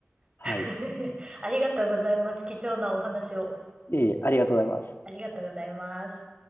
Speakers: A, on the left; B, on the right.
A: はい。
B: <laughs> ありがとうございます。貴重なお話を。
A: いえいえ、ありがとうございます。
B: ありがとうございます。